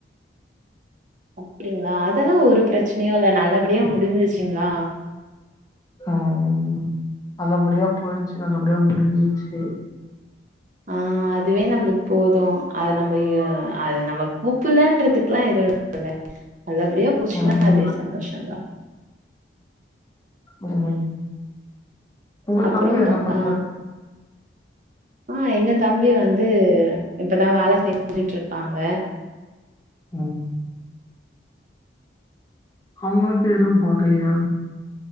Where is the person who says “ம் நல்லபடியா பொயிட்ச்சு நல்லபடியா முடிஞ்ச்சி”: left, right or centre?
Left